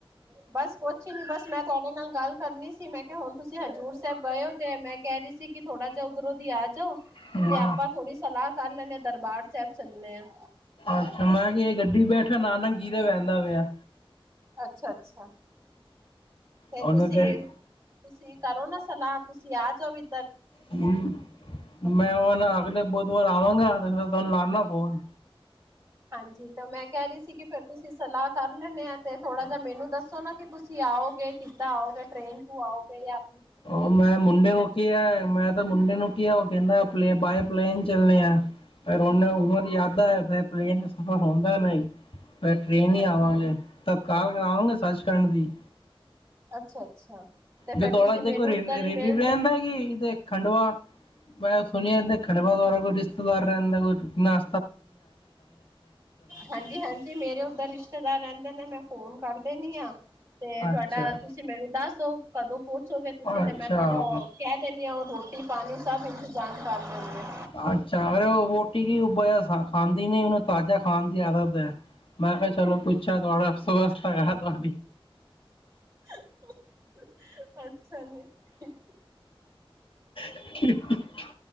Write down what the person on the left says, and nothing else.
ਹਾਂ
ਅੱਛਾ, ਮੈਂ ਕਿ ਗੱਡੀ ਬੈਠਾਂ ਨਾ ਮੈਂ ਜੀਰੇ ਬੈਨਾ ਪਿਆ
ਉਹਨੇ
ਗ
ਹੂੰ, ਮੈਂ
ਹੂਨ ਅਗਲੇ ਬੁੱਧਵਾਰ ਆਵਾਂਗਾ ਫੇਰ ਤੁਹਾਨੂੰ ਲਾਨਾ ਫੋਨ
ਉਹ ਮੈਂ ਮੁੰਡੇ ਕਿਆ ਐ ਮੈਂ ਤਾਂ ਮੁੰਡੇ ਨੂੰ ਕੀਆ ਉਹ ਕਹਿੰਦਾ ਪਲੇਂ ਬਾਏ ਪਲੇਨ ਚੱਲਨੇ ਆ। ਫਿਰ ਉਹਨੇ ਉਮਰ ਯਾਦਾ ਐ ਫਿਰ ਪਲੇਨ ਦਾ ਸਫ਼ਰ ਹੁੰਦਾ ਨਹੀਂ। ਫੇਰ ਟ੍ਰਰੇਨ ਹੀ
ਆਵਾਂਗੇ
ਤ ਕਾਰ ਕਰਾਵਾਂ ਮੈਂ ਸੱਚ ਖੰਡ ਦੀ
ਜੋ ਦੌਲਾਦੇ
ਕੋਈ ਰੇ
ਰੇਲੀ ਰੈਂਦਾ
ਗੀ ਇਦੇ ਖੰਡਵਾ? ਮੈਂ ਸੁਣੀਆ ਇਥੇ ਖੰਡਵਾ ਤੁਆਡਾ ਕੋਈ ਰਿਸ਼ਤੇਦਾਰ ਰੈਂਦਾ ਕੋਈ ਨਾ
ਅੱਛਾ,
ਅੱਛਾ,
ਅੱਛਾ ਅਰੇ ਓ ਰੋਟੀ ਕੀ ਉਬੇਆ ਖਾਂਦੀ ਨੀ ਓਨੂੰ ਤਾਜਾ ਖਾਣ ਦੀ ਆਦਤ ਐ, ਮੈਂ ਫੇਰ ਚਲੋ ਪੁੱਛੇਆ ਤੋਡਾ ਸਵਸਤ ਐ ਤੁਆਡੀ।
<unintelligible>